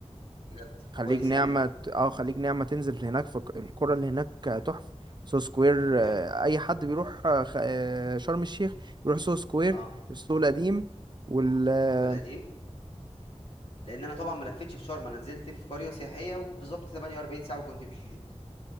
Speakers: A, on the left; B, on the right.
A: بجد
B: خليج
A: كويس
B: نعمة
A: يعني
B: ت- اه خليج نعمة تنزل هناك في الك- القرى اللي هناك تحفة سوهو سكوير
A: تمام
B: آه، اي حد بيروح آه، خ- آه، شرم الشيخ بيروح سوهو سكوير
A: اه
B: السوق القديم وال آه،
A: السوق القديم لان انا طبعا ما لفتش في شرم انا نزلت في قريه سياحيه وبالظبط 48 ساعه وكنت مشيت